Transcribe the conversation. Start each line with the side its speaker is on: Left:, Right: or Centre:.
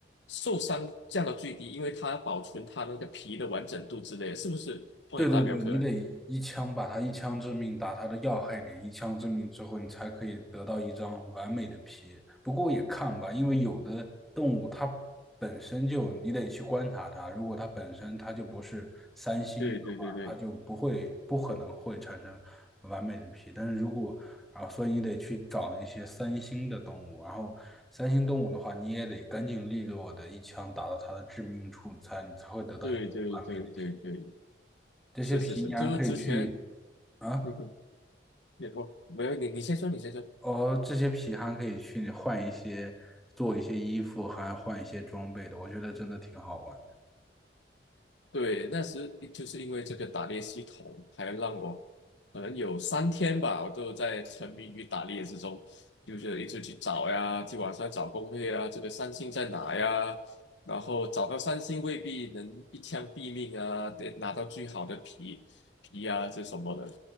Left: 受伤降到最低，因为它保存他那个皮的完整度之类的是不是荒野大镖客啊？
Centre: 对对对，你得一枪把它一枪致命，打它的要害点，一枪致命之后，你才可以得到一张完美的皮。不过也看吧，因为有的动物它本身就，你得去观察它，如果它本身它就不是三星的话，
Left: 对对对对
Centre: 它就不会不可能会产生完美的皮。但是如果啊，所以你得去找那些三星的动物，然后三星动物的话，你也得干净利落的一枪打到它的致命处才，才你才会得到一张完美的皮。
Left: 对对对对对，
Centre: 这些皮你还可以去
Left: 是是是，就是之前，
Centre: 啊，
Left: 嗯哼，也不没有你你先说，你先说。
Centre: 哦，这些皮还可以去换一些，做一些衣服，还换一些装备的，我觉得真的挺好玩的。
Left: 对，那时就是因为这个打猎系统，还让我可能有三天吧，我都在沉迷于打猎之中，就是一直去找呀，去网上找攻略啊，这个三星在哪呀？然后找到三星未必能一枪毙命啊，得拿到最好的皮皮啊，这什么的。